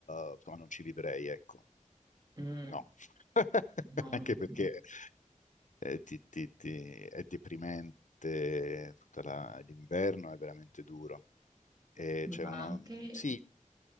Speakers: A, on the left; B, on the right.
A: eh, insomma, non ci vivrei, ecco,
B: Mm,
A: no. <laughs>
B: no,
A: Anche
B: no.
A: perché eh, ti- ti- ti- è deprimente, tutta la- l'inverno è veramente duro. E
B: Ma
A: c'è una...
B: anche
A: Sì,